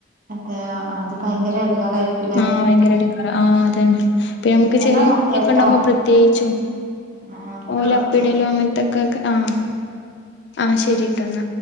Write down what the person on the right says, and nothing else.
എഹ് അത് ഭയങ്കര എടങ്ങാറായി
എന്നാ
ഓക്കെട്ടോ
ആ എന്നാ
ഓക്കെ